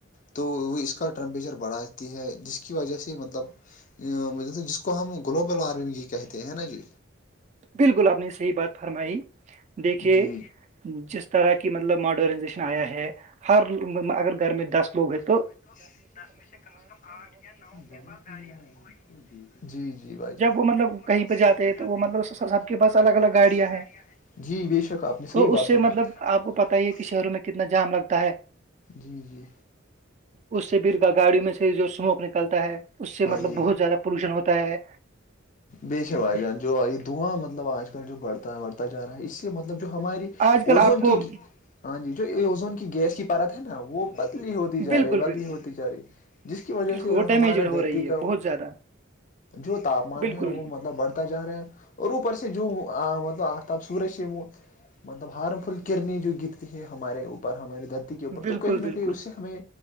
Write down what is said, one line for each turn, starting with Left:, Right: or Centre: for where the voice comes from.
Left: تو اس کا ٹمپریچر بڑھاتی ہے جس کی کی وجہ سے مطلب جس کو ہم گلوبل وارمنگ ہی کہتے ہیں نا جی
Right: بالکل آپ سے بات فرمائی دیکھیے
Left: جی
Right: جس طرح کی مطلب ماڈرنائزیشن آیا ہے ہر اگر گھر میں دس لوگتے
Left: ہو گئے تو دس میں سے کم از کم آٹھ یا نو کے پاس گاڑیاں کوئی جی جی بھائی جان
Right: وہ مطلب
Left: جب وہبہ
Right: کہیں پہ ہیں
Left: جاتے
Right: تو وہ
Left: ہیں
Right: مطلب سب کے پاس الگ الگ ہیں
Left: گاڑیاں جی ب شک آپ نے صحیح
Right: تو اس
Left: بات
Right: سے
Left: فرمال
Right: مطلب کو پت
Left: آپ
Right: ہی ہے کہ شہروں میں کتنا جام لگتا ہے
Left: جی جی
Right: اس سے پ کا گاڑی میں سے جو اسموک نکلتا ہے اس سے
Left: ہاں
Right: مطلب
Left: جی
Right: بہت زیادہ پولوشن ہوتا ہے
Left: بے شر بھائی جان جو دھواں مطلب آج کل جو بڑتا ہے بڑتا جا رہا ہے اس سے مطلب جو ہماری
Right: آج کل
Left: اوزون
Right: آپ کو
Left: کی ہاں جی جو اوزون کی گیس کی پارت ہے نا وہ بدلی ہوتی جا
Right: بالکل
Left: رہی ہے بدلی
Right: بالکل
Left: ہوتی جا رہی جس کی وجہ
Right: بالکل
Left: سے
Right: وہ ڈیمیجڈ
Left: ہمارا
Right: ہو
Left: دھرتی
Right: رہی ہے
Left: کا
Right: بہت زیادہ
Left: جو تاپمان
Right: بالکل
Left: ہے وہ مطلب بڑھتا جا رہا ہے اور اوپر سے جو مطلب ب سورج سے وہ مطلب ہارم فل کررنی جو گرتی ہے ہمارے اوپر ہماراری دت کے اوپر
Right: بالکل
Left: تو کہیں
Right: بالکل
Left: نہ کہیں اس سے ہمیں